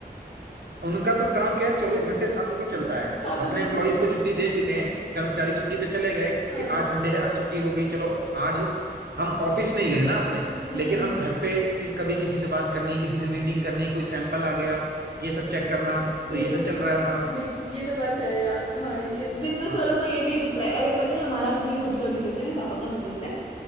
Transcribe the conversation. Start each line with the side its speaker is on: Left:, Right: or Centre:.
Right: उनका तो काम क्या है चौबीस घंटे सातों दिन चलता है
Left: सातों
Right: अपने
Left: दिन
Right: एम्प्लॉयज
Left: चल
Right: को छुट्टी दे भी दें कर्मचारी छुट्टी पे चले गए
Left: हाँ
Right: कि आज संडे है आज छुट्टी हो गई चलो आज हम ऑफिस नहीं गए ना अपने
Left: हम्म
Right: लेकिन हम घर पे कि कभी किसी से बात करनी किसी से मीटिंग करनी कोई सैंपल आ गया ये सब चेक करना तो
Left: ये
Right: ये
Left: तो
Right: सब चल रहा है हमारा
Left: बिल्कुल ये तो बात है यार तुम्हारी ये बिजनेस
Right: हाँ
Left: वालों को ये भी रिप्लाई अरे पता है हमारा भी खुद का बिजनेस है मेरे पापा का बिजनेस है